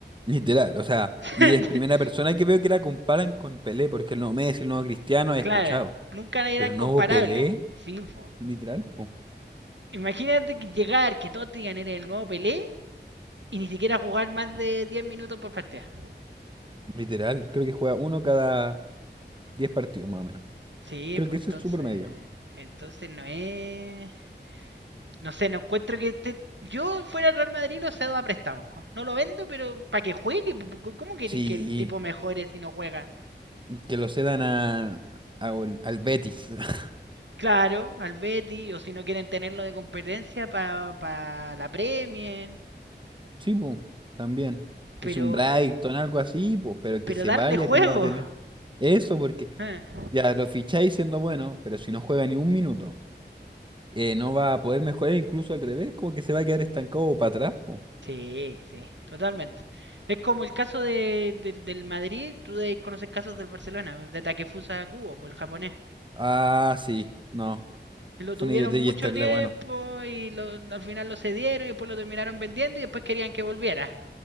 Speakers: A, on the right (about 25°); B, on the right (about 80°).
A: Literal, o sea,
B: <laughs>
A: y es primera persona que veo que la comparan con Pelé, porque el nuevo Messi, el nuevo Cristiano, he
B: claro,
A: escuchado.
B: nunca eran
A: Pero el
B: comparables.
A: nuevo Pelé,
B: Sí, po.
A: literal, po.
B: Imagínate que llegar, que todos te digan eres el nuevo Pelé y ni siquiera jugar más de 10 minutos por partida.
A: Literal, creo que juega uno cada diez partidos más o menos.
B: Sí,
A: Creo
B: pues
A: que ese
B: entonces.
A: es su promedio.
B: Entonces no es. No sé, no encuentro que este. Yo fuera el Real Madrid lo cedo a préstamo. No lo vendo, pero para que juegue. ¿Cómo queréis
A: Sí,
B: que el tipo mejore si no juega?
A: que lo cedan a, a ol- al Betis. <laughs>
B: Claro, al Betty, o si no quieren tenerlo de competencia para la Premier,
A: Sí, po, también.
B: pero,
A: Que sea un Brighton, algo así, pues, pero
B: pero
A: que se
B: darle
A: vaya,
B: juego.
A: ¿cómo va a tener? Eso porque
B: Ah.
A: ya lo ficháis siendo bueno, pero si no juega ni un minuto, eh, no va a poder mejorar, incluso al revés, como que se va a quedar estancado para atrás. po.
B: Sí, sí, totalmente. Es como el caso de, de- del Madrid, tú debes conocer casos del Barcelona, de Takefusa Kubo, por el japonés.
A: Ah, sí, no.
B: Lo
A: Fue
B: tuvieron
A: una idiotez
B: mucho
A: y Esterle,
B: tiempo
A: bueno.
B: y lo- al final lo cedieron y después lo terminaron vendiendo y después querían que volviera.